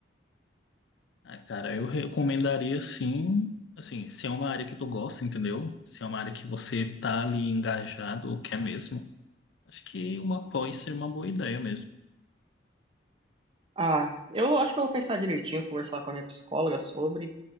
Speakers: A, on the left; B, on the right.
A: Ah, cara, eu recomendaria sim, assim, se é uma área que tu gosta, entendeu? Se é uma área que você tá ali engajado, ou quer mesmo, acho que uma pós seria uma boa ideia mesmo.
B: Ah, eu acho que eu vou pensar direitinho, conversar com a minha psicóloga sobre,